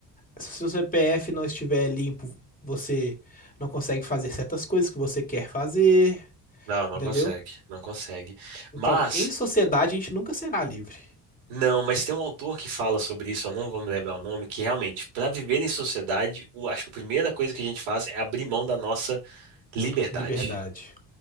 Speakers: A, on the left; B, on the right.
A: Se o seu CPF não estiver limpo, você não consegue fazer certas coisas que você quer fazer,
B: Não, não
A: entendeu?
B: consegue, não consegue.
A: Então,
B: Mas
A: em sociedade, a gente nunca será livre.
B: Não, mas tem um autor que fala sobre isso, eu não vou me lembrar o nome, que realmente, para viver em sociedade, o- acho que a primeira coisa que a gente faz é abrir mão da nossa liberdade,
A: Liberdade.